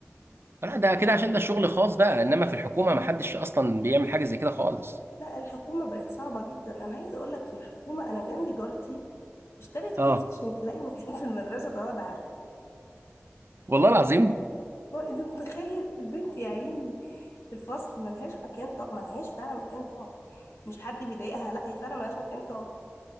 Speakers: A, on the right; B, on the left.
A: لا ده كده عشان ده شغل خاص بقى انما في الحكومه ما حدش اصلا بيعمل حاجه زي كده خالص
B: لا الحكومة بقت صعبة جدا انا عايزة اقولك في الحكومة انا جنبي جارتي اشترت كرسي
A: اه
B: عشان تلاقي مكان في المدرسة تقعد عليه
A: والله العظيم
B: والله انت متخيل البنت يا عيني في الفصل ملهاش مكان تقعد ملهاش فعلا مكان تقعد مش حد بيضايقها لا هي فعلا ملهاش مكان تقعد